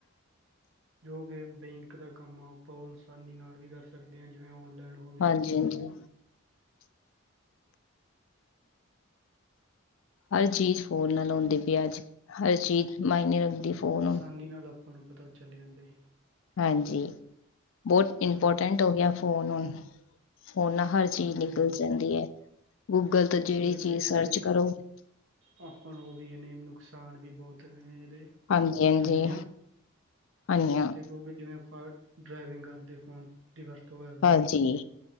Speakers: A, on the right (about 60°); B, on the left (about 65°).
A: ਜੋ ਕਿ ਬੈਂਕ ਦਾ ਕੰਮ ਆ ਆਪਾਂ ਉਹ ਆਨਸਾਨੀ ਨਾਲ ਵੀ ਕਰ ਸਕ ਸਕਦੇ ਹਾਂ ਜਿਵੇਂ ਔਨਲਾਈਨ ਹੋਵੇ
B: ਹਾਂਜੀ
A: ਫਾਰਮ
B: ਹਾਂਜੀ ਹਰ ਚੀਜ਼ ਫੋਲ ਨਾਲ ਆਉਦੇ ਪਿਆਜ਼। ਹਰ ਚੀਜ਼ ਮਾਇਨੇ ਰੱਖਦੀ ਫ਼ੋਨ
A: ਆਸਾਨੀ
B: ਹੁਣ
A: ਨਾਲ ਆਪਾਂ ਨੂੰ ਪਤਾ ਚੱਲ ਜਾਂਦਾ ਹੈ।
B: ਹਾਂਜੀ, ਬਹੁਤ ਇੰਪੋਰਟੈਂਟ
A: ਹਾਂਜੀ
B: ਹੋ ਗਿਆ ਫੋਨ ਹੁਣ ਫੋਨ ਨਾਲ ਹਰ ਚੀਜ਼
A: ਹਾਂਜੀ
B: ਨਿਕਲ
A: ਹਾਂਜੀ
B: ਜਾਂਦੀ ਹੈ। ਗੂਗਲ ਤੋਂ ਜਿਹੜੀ
A: ਮਤਲਬ ਕਿ
B: ਚੀਜ਼
A: ਦੇਖੋ
B: ਸਰਚ
A: ਇਹਦੀ
B: ਕਰੋ
A: ਆਪਾਂ ਨੂੰ ਉਹ ਵੀ ਇਹਨੇ ਨੁਕਸਾਨ ਵੀ ਬਹੁਤ ਨੇ ਇਹਦੇ
B: ਹਾਂਜੀ ਹਾਂਜੀ
A: ਹਾਨੀਆ
B: ਹਾਂਜੀ
A: ਤੇ ਕਹੋ ਕਿ ਜਿਵੇਂ ਆਪਾਂ ਡਰਾਈਵਿੰਗ ਕਰਦੇ ਫੋਨ ਦੀ ਵਰਤੋਂ ਕਰਦੇ
B: ਹਾਂਜੀ
A: ਹਾਂ।